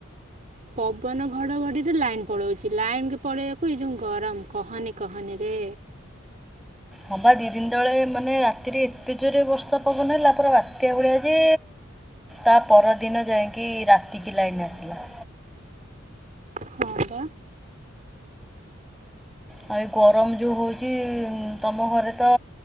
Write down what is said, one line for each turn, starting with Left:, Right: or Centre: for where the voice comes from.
Right: ପବନ ଘଡଘଡିରେ ଲାଇନ ପଳଉଚି। ଲାଇନ କେ ପଳେଇବାକୁ ଏଇ ଯୋଉ ଗରମ କହାନି କହାନିରେ।
Centre: ହଁ ପା ଦି ଦିନ ତଳେ ମାନେ ରାତିରେ ଏତେ ଜୋରେ ବର୍ଷା ପବନ ହେଲା ପୁରା ବାତ୍ୟା ଭଳିଆ ଯେ ତା ପର ଦିନ ଯାଇକି ରାତିକି ଲାଇନ ଆସିଲା।
Right: ହଁ ପା।
Centre: ଆ ଏଇ ଗରମ ଯୋଉ ହୋଉଚି ଉଁ ତମ ଘରେ ତ